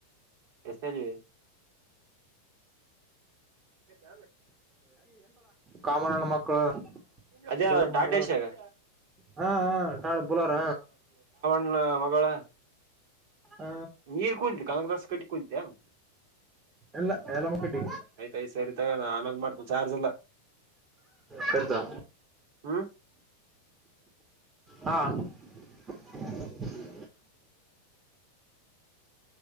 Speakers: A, on the right; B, on the right.
A: ಎಸ್ಟರ್ಡೇ ಇಲ್ಲೇ ಚಲ್ಲ
B: <inaudible> ಕಾಮಣ್ಣನ ಮಕ್ಕಳು
A: ಅದೇ
B: ಗೌಡ
A: ಟಾಟಾ
B: ಮಕ್ಕಳು
A: ಈಸಿಗಾ
B: ಹಾ ಹ ಟಾಳ ಬುಲಾರ
A: ನನ್ನ ಮಗಳ
B: ಹ
A: ಈಗ ಕುಂತಿ ಕಾಂಗ್ರೆಸ್ ಕಟ್ಟಿ ಕುಂತ್ಯ
B: ಎಲ್ಲ ಎಲ್ಲ ಮುಕ್ಕಟ್ಟಿ
A: ಆಯ್ತಾಯ್ತು ಸರಿ ತೊಗೋ ಆಮೇಲ್ ಮಾಡ್ತೀನಿ ಚಾರ್ಜ್ ಎಲ್ಲ
B: ಕರಿತಾಳ <unintelligible>
A: ಹು
B: ಹಾ <unintelligible>